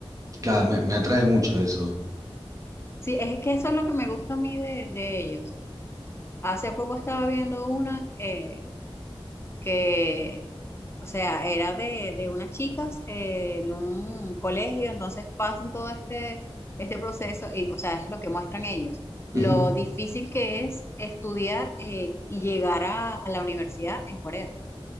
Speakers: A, on the right; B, on the left.
A: Claro, me, me atrae mucho eso.
B: Sí, es que eso es lo que me gusta a mí de, de ellos. Hace poco estaba viendo una eh, que, o sea, era de, de unas chicas eh, en un colegio, entonces pasan todo este, este proceso y, o sea, es lo que muestran ellos.
A: Ujú,
B: Lo difícil que es estudiar eh, y llegar a, a la universidad en Corea.